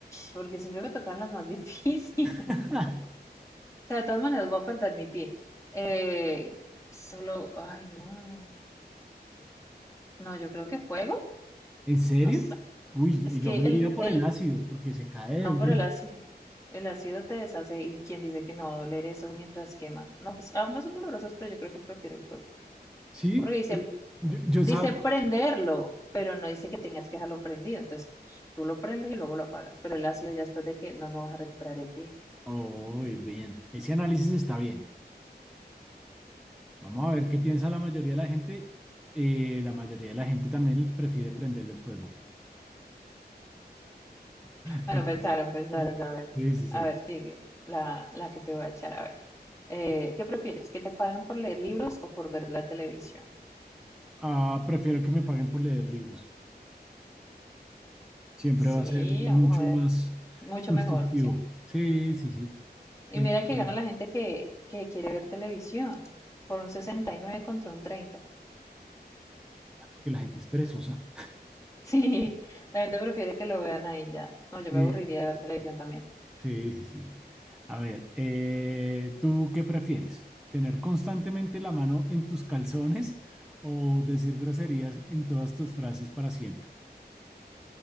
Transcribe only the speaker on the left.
porque siempre me tocan las más <laughs> difíciles.
O sea, de todas maneras voy a perder mi pie. Eh, solo, ay, no. No, yo creo que fuego.
No sé.
Es que
el,
el
No,
pero el ácido, el ácido te deshace y quien dice que no va a doler eso mientras quema. No, pues ambas son dolorosas, pero yo creo que prefiero el fuego.
Porque dice,
dice
prenderlo, pero no dice que tengas que dejarlo prendido. Entonces tú lo prendes y luego lo apagas. Pero el ácido ya después de que no, no vas a recuperar el pie.
Bueno, pensaron, pensaron, a ver.
A ver, sigue la, la que te voy a echar, a ver. Eh, ¿qué prefieres? ¿Que te paguen por leer libros o por ver la televisión?
Sí,
vamos a ver.
Mucho
mejor, ¿sí?
Y
mira
que gana
la gente que, que quiere ver televisión por un 69 contra un 30. <laughs>
Sí, la gente prefiere que lo vean ahí ya. No, yo
me aburriría de ver televisión también.